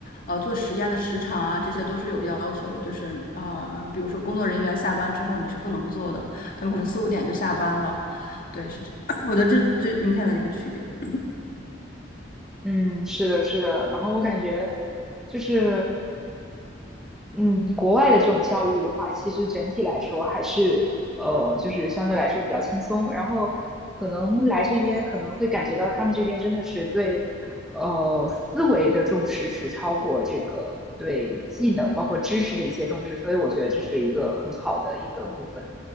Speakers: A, on the left (about 50°); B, in the centre.
A: 呃做实验的时长啊，这些都是有要求的。就是呃，比如说工作人员下班之后你是不能做的，他们可能四五点就下班了。对，是这，<coughs> <clears throat> 我觉得这最明显的一个区别。<clears throat>
B: 嗯，是的，是的。然后我感觉就是嗯，国外的这种教育的话，其实整体来说还是呃，就是相对来说比较轻松。然后可能来这边可能会感觉到他们这边真的是对呃思维的重视是超过这个对技能包括知识的一些重视，所以我觉得这是一个很好的一个部分。